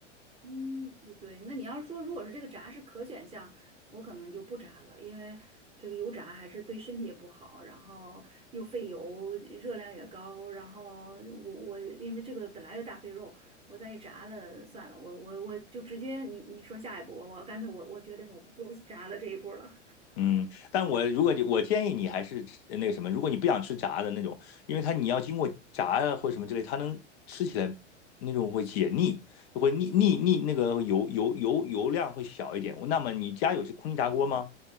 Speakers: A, on the right; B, on the left.
A: 嗯，嗯对，那你要是说如果是这个炸是可选项，我可能就不炸了，因为这个油炸还是对身体也不好，然后又费油，热量也高，然后我我因为这个本来就大肥肉，我再一炸了算了，我我我就直接你你说下一步，我干脆我我决定我不做 <laughs> 炸的这一步了。
B: 嗯，但我如果你我建议你还是吃那个什么，如果你不想吃炸的那种，因为它你要经过炸呀或者什么之类，它能吃起来那种会解腻，会腻腻腻那个油油油油量会小一点。那么你家有这空气炸锅吗？